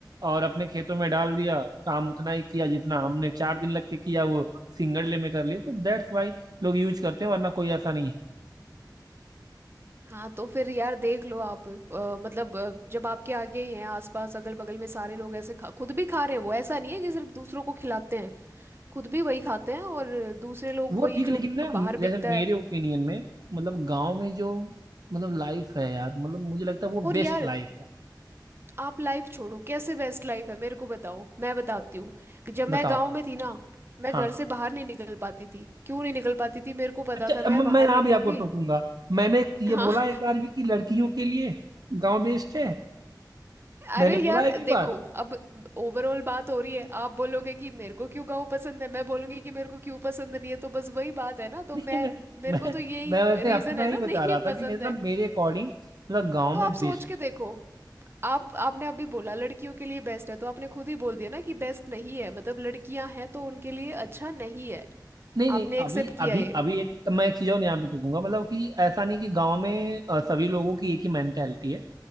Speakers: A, on the right (about 60°); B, on the right (about 30°).
A: और अपने खेतों में डाल दिया काम उतना ही किया जितना हमने चार दिन लग के किया वो सिंगल डे में कर लिए तो दैट्स वाई लोग यूज करते हैं वरना कोई ऐसा नहीं है
B: हाँ तो फिर यार देख लो आप अ, मतलब अ, जब आपके आगे ही हैं आसपास अगल बगल में सारे लोग ऐसे खा खुद भी खा रहे हैं वो ऐसा नहीं है कि सिर्फ दूसरों को खिलाते हैं खुद भी वही खाते हैं और दूसरे लोग
A: वो
B: वही
A: ठीक है
B: जो
A: लेकिन ना
B: बाहर
A: जैसे
B: बिकता
A: मेरे
B: है
A: ओपिनियन में मतलब गांव में जो मतलब लाइफ है यार मतलब मुझे लगता है वो
B: और
A: बेस्ट
B: यार
A: लाइफ है
B: आप लाइफ छोड़ो कैसे बेस्ट लाइफ है मेरे को बताओ मैं बताती हूँ जब मैं
A: बताओ
B: गांव में थी ना मैं
A: हाँ
B: घर से बाहर नहीं निकल पाती थी क्यों नहीं निकल पाती थी मेरे को पता
A: अच्छा
B: था
A: अब मैं
B: मैं बाहर
A: मैं यहाँ
B: निकलूंगी
A: भी आपको टोकूंगा मैंने ये
B: हाँ
A: बोला एक बार भी कि लड़कियों के लिए गांव बेस्ट है
B: अरे
A: मैंने
B: यार
A: बोला एक भी
B: देखो
A: बार
B: अब ओवरऑल बात हो रही है आप बोलोगे कि मेरे को क्यों गाँव पसंद है मैं बोलूंगी कि मेरे को क्यों पसंद नहीं है तो बस वही बात है ना तो
A: नहीं
B: मैं
A: मैं
B: मेरे
A: मैं
B: को तो यही
A: मैं वैसे
B: रीजन
A: अपना
B: है
A: ही
B: ना
A: बता
B: <laughs> नहीं
A: रहा था
B: पसंद
A: कि मतलब
B: है
A: मेरे अकॉर्डिंग मतलब गांव
B: तो
A: में
B: आप सोच
A: बेस्ट
B: के देखो आप आपने अभी बोला लड़कियों के लिए बेस्ट है तो आपने खुद ही बोल दिया ना कि बेस्ट नहीं है मतलब लड़कियां हैं तो उनके लिए अच्छा नहीं है
A: नहीं नहीं
B: आपने एक्सेप्ट
A: अभी
B: किया
A: अभी
B: ये
A: अभी एक तो मैं एक चीज और यहाँ पे टूकूंगा मतलब कि ऐसा नहीं कि गांव में अ, सभी लोगों की एक ही मेंटेलिटी है